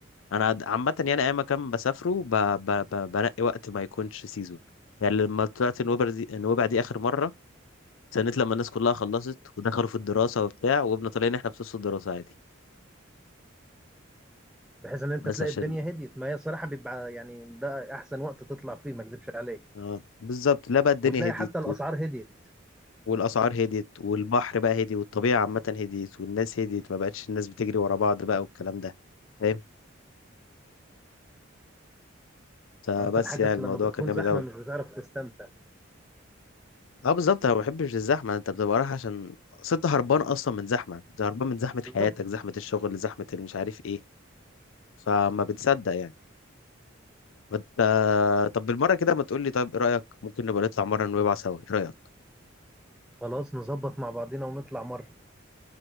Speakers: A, on the left; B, in the centre.
A: انا عاد- عامه يعني اي مكان بسافره ب... ب... ب... بنقي وقت ما يكونش سيزون يعني لما طلعت النوبة دي النوبة دي اخر مره استنيت لما الناس كلها خلصت ودخلوا في الدراسه وبتاع وقمنا طالعين احنا في نص الدراسه عادي
B: بحيث ان انت
A: بس
B: تلاقي
A: عشان
B: الدنيا هديت ما هي صراحه بيبقى يعني ده احسن وقت تطلع فيه ما اكدبش عليك
A: اه بالظبط لا بقى الدنيا
B: وتلاقي
A: هديت
B: حتى الاسعار
A: و-
B: هديت
A: والاسعار هديت والبحر بقى هدي والطبيعه عامه هديت والناس هديت ما بقتش الناس بتجري ورا بعض بقى والكلام ده فاهم فبس
B: ما انت الحاجه
A: يعني
B: أصل
A: الموضوع
B: لما بتكون
A: كان جامد
B: زحمه
A: قوي
B: مش بتعرف تستمتع
A: اه بالظبط انا ما بحبش الزحمه انت بتبقى رايح عشان ست هربان اصلا من زحمه انت هربان من زحمه
B: بالضبط
A: حياتك زحمه الشغل زحمه اللي مش عارف ايه فما بتصدق يعني ما انت طب بالمره كده ما تقول لي طيب ايه رايك ممكن نبقى نطلع مره نويبع سوا ايه رايك
B: خلاص نظبط مع بعضينا ونطلع مره